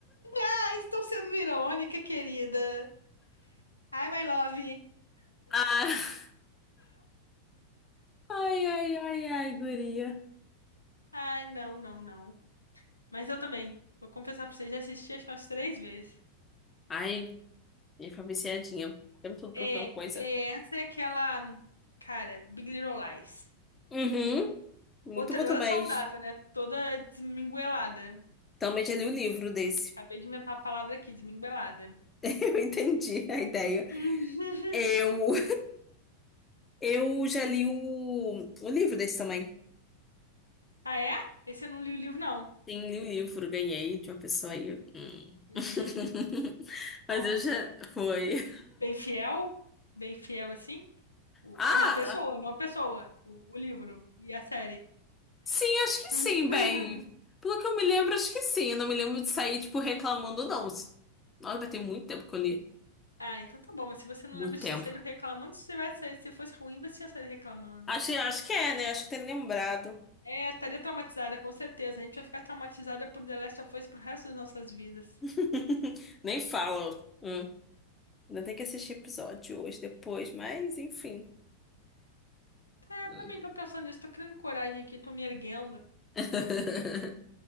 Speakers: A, on the left (about 85°); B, on the left (about 20°).
A: Ah, estou sendo irônica, querida. Ai, my love.
B: Ah, <laughs> ai, ai, ai, ai, guria.
A: Ai, não, não, não. Mas eu também. Vou confessar pra você, já assisti acho que umas três vezes.
B: Ai, eu fui viciadinha. O tempo todo procurando
A: É,
B: coisa.
A: é, essa é aquela, cara, Big Little Lies.
B: Uhum, muito
A: Outra
B: bom
A: nada
B: também.
A: saudável, né? Toda desminguelada.
B: Também já li o livro desse.
A: Acabei de inventar a palavra aqui, desminguelada.
B: <laughs> Eu entendi a ideia.
A: <laughs>
B: Eu, eu já li o, o livro desse também.
A: Ah, é? Esse eu não li o livro, não.
B: Sim, li o livro, ganhei de uma pessoa aí. Hum.
A: Hum,
B: <laughs> Mas
A: nossa.
B: eu já. Foi.
A: Bem fiel? Bem fiel assim? O,
B: Ah,
A: não, pessoa, não pessoa. O, o livro e a série.
B: sim, acho
A: <laughs>
B: que sim, bem. Pelo que eu me lembro, acho que sim. Eu não me lembro de sair, tipo, reclamando, não. Nossa, vai ter muito tempo que eu li.
A: Ah, então tá bom, mas se você não
B: Muito
A: lembra
B: tempo.
A: de ter saído reclamando, você vai sair. Se fosse ruim, você ia sair reclamando.
B: Acho, acho que é, né? Acho que tem lembrado.
A: É, estaria traumatizada, com certeza. A gente vai ficar traumatizada por The Last of Us pro resto das nossas vidas.
B: <laughs> Nem fala. Hum. Ainda tem que assistir episódio hoje, depois, mas enfim.
A: É, eu
B: Hum.
A: também tô pensando nisso, tô criando coragem aqui, tô me erguendo.
B: <laughs>